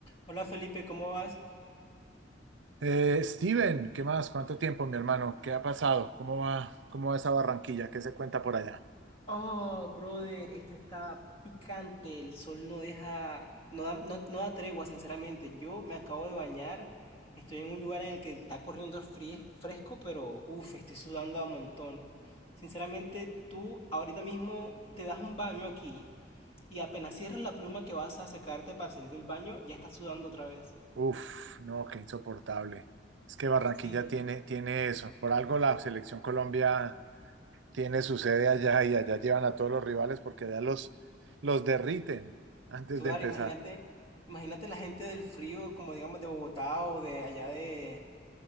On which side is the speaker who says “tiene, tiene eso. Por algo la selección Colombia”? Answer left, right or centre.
Right